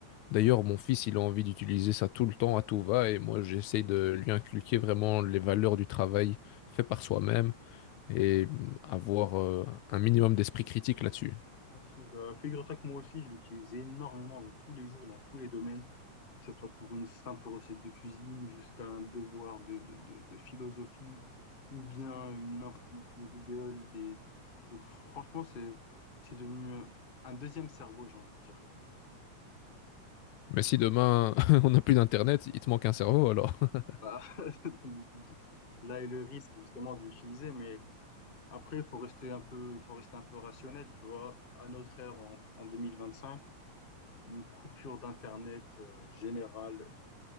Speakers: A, on the left; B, on the left.
A: d'ailleurs, mon fils, il a envie d'utiliser ça tout le temps à tout va et moi, j'essaye de lui inculquer vraiment les valeurs du travail fait par soi-même et avoir euh, un minimum d'esprit critique là-dessus.
B: ok, bah, figure-toi que moi aussi, je l'utilise énormément dans tous les jours, dans tous les domaines, que ce soit pour une simple recette de cuisine, jusqu'à un devoir de, de, de, de philosophie, ou bien une information Google. Des... Donc franchement, c'est, c'est devenu un un deuxième cerveau, j'ai envie de dire.
A: Mais si demain <laughs> on n'a plus d'internet, il te manque un cerveau alors. <laughs>
B: Bah, <laughs> Là est le risque justement de l'utiliser, mais après, il faut rester un peu, il faut rester un peu rationnel, tu vois. À notre ère, en, en 2025, une coupure d'Internet euh, générale,